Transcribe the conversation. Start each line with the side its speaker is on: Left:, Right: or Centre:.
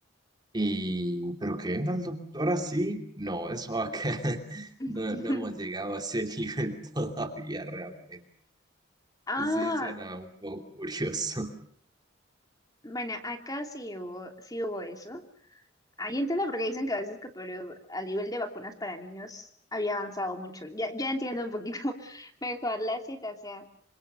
Right: Y, pero que venga el doctor así, no, eso acá <laughs>
Left: <laughs>
Right: no, no hemos llegado a ese nivel <laughs> todavía realmente.
Left: Ah,
Right: Sí, suena un poco curioso. <laughs>
Left: bueno, acá sí hubo, sí hubo eso. Ahí entiendo por qué dicen que a veces que Perú a nivel de vacunas para niños había avanzado mucho. Ya, ya entiendo un poquito <laughs> mejor la situación,